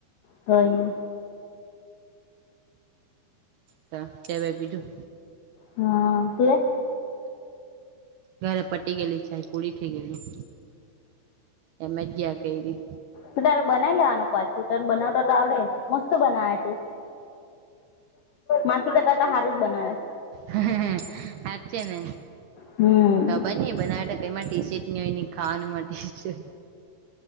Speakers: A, on the left; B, on the right.
A: કઇની
B: ત ચાઇ બાઈ પીધું
A: હા તુંએ
B: ઘરે પટી ગયેલી ચાઇ પૂરી થઈ ગયેલી એમે જ ગયા કયરી
A: તો તારે બનાવી લેવાનું પાછું તન બનાવતા તો આવડે મસ્ત બનાવે તું માસી કરતા તો હારું જ બનાવે
B: હ હ હ હાચેને.
A: હમ્મ.
B: ખબર નહી બનાવે માટે કંઈમાં ટી શર્ટની હોય. ખનું માટે